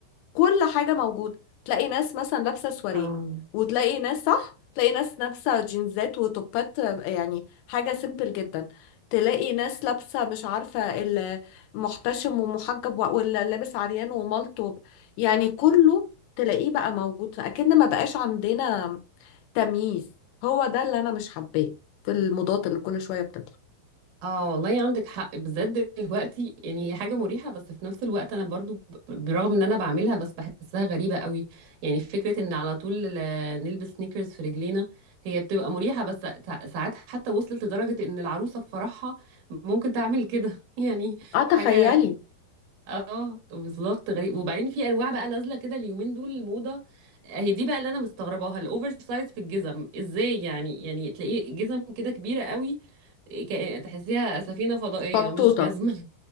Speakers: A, on the left; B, on the right.
A: كل حاجة موجودة تلاقي ناس مثلا لابسة سواريه
B: اه
A: وتلاقي ناس صح تلاقي ناس لابسة جينزات وتوبات آه، يعني حاجة سيمبل جدا تلاقي ناس لابسة مش عارفة المحتشم ومحجب و- واللي لابس عريان وملط وب- يعني كله تلاقيه بقى موجود فأكن ما بقاش عندنا تمييز هو ده اللي أنا مش حباه في الموضات اللي كل شوية بتطلع
B: اه والله عندك حق بالذات دلوقتي يعني هي حاجة مريحة بس في نفس الوقت انا برضو ب- برغم ان انا بعملها بس بحسها غريبة قوي يعني فكرة ان على طول آه، نلبس سنيكرز في رجلينا هي بتبقى مريحة بس سا- ساعات حتى وصلت لدرجة ان العروسة في فرحها ممكن تعمل كده <laughs> يعني
A: اه تخيلي
B: حاجة اه بالظبط غريب وبعدين في انواع بقى نازله كده اليومين دول الموضه هي دي بقى اللي انا مستغرباها الاوفر سايز في الجزم ازاي يعني يعني تلاقيه جزم كده كبيره قوي كأن- تحسيها سفينه فضائيه
A: فطوطة
B: مش جزمه